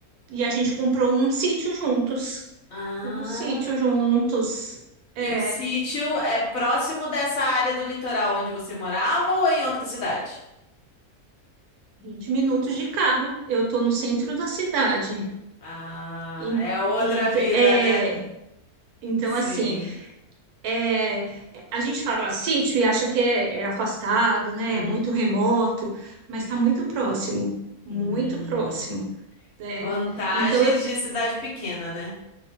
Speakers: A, on the right; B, on the left.
A: e a gente comprou um sítio juntos,
B: Ah.
A: um sítio juntos. É,
B: E o sítio é próximo dessa área do litoral onde você morava ou é em outra cidade?
A: 20 minutos de carro. Eu tô
B: Uhum.
A: no centro da cidade.
B: Ah,
A: E,
B: é outra
A: e,
B: vida,
A: é,
B: né?
A: Então,
B: Sim.
A: assim, é, a gente fala sítio e acha que é, é afastado, né?
B: Uhum.
A: É muito remoto, mas está muito próximo, muito
B: Hum.
A: próximo, né?
B: Vantagens
A: Então eu,
B: de cidade pequena, né?